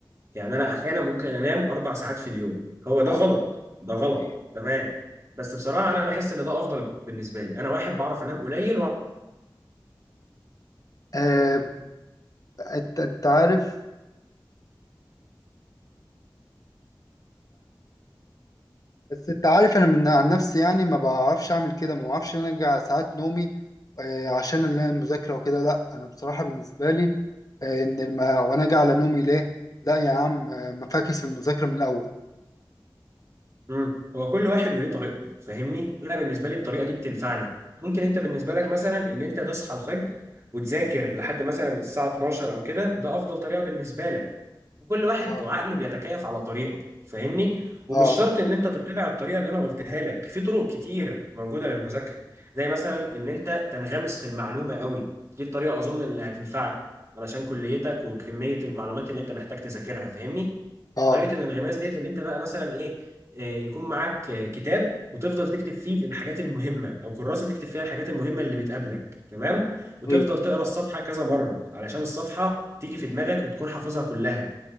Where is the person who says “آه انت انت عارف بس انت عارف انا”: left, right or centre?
Left